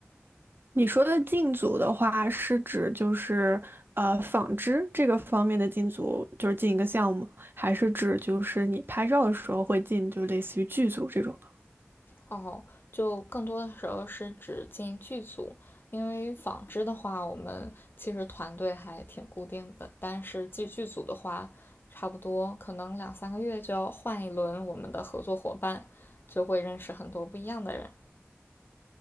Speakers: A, on the right; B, on the left.
A: 你说的进组的话，是指就是呃纺织这个方面的进组，就是进一个项目，还是指就是你拍照的时候会进，就类似于剧组这种？
B: 哦，就更多的时候是指进剧组，因为纺织的话，我们其实团队还挺固定的，但是进剧组的话，差不多可能两三个月就要换一轮我们的合作伙伴，就会认识很多不一样的人。